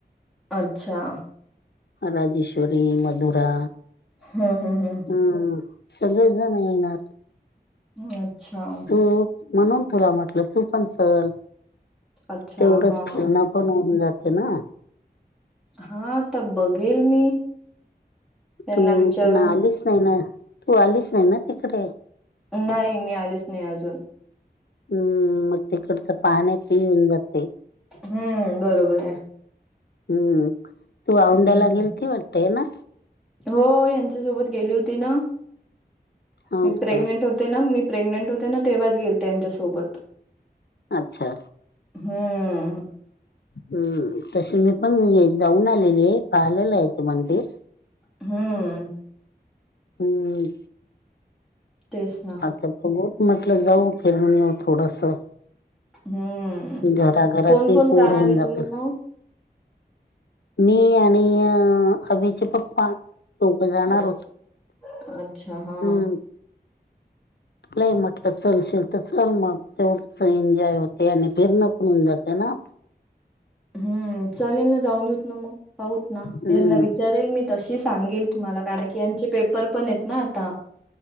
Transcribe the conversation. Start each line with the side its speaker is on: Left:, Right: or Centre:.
Centre: अच्छा
Left: राजेश्वरी मदुरा
Centre: हम हम हम
Left: हम् सगळेच जण येणार.
Centre: अच्छा
Left: म्हणून तुला म्हटलं तू पण चल
Centre: अच्छा
Left: तेवढंच
Centre: हा
Left: फिरणं. कोण उम जाते ना
Centre: हा तर बघेल मी त्यांना
Left: तू
Centre: विचारून
Left: पुन्हा आलीस नाही ना तू आलीस नाही ना तिकडे
Centre: नाही मी आलेच नाही अजून
Left: हम्म मग तिकडचं पाहण आहे ते येऊन जाते.
Centre: हम्म बरोबर आहे.
Left: हम्म तू औंड्याला
Centre: हम्म
Left: गेलीती वाटतेय ना
Centre: हो यांच्या सोबत गेली होती ना
Left: हो
Centre: मी प्रेग्नेंट
Left: का
Centre: होते. मी प्रेग्नेंट होते ना तेव्हाच गेल त्यांच्यासोबत
Left: अच्छा
Centre: हम्म
Left: हम्म तशी मी पण जाऊन आलेली आहे पाहिलेलं आहे मंदिर
Centre: हम्
Left: हम्
Centre: तेच ना
Left: आता गोट म्हटलं जाऊ फिरून येऊ थोडंसं
Centre: हम्म
Left: घराघरात
Centre: कोण कोण
Left: बोर
Centre: जाणार
Left: होऊन
Centre: आहे
Left: जात
Centre: तुम्ही मग?
Left: मी आणि अ अभिचे पप्पा सोप जाणार
Centre: अच्छ
Left: होत
Centre: अच्छा हा.
Left: हम्म तुलाही म्हटलं चलशील तर चल मग तेवढंच एन्जॉय होते आणि फिरणं होऊन जाते ना,
Centre: हम्म चालेल ना जाऊन येऊत ना मग पाहत ना
Left: हम्म
Centre: यांना विचारेल मी तशी सांगेल तुम्हाला कारण की यांचे पेपर पण आहेत ना आता,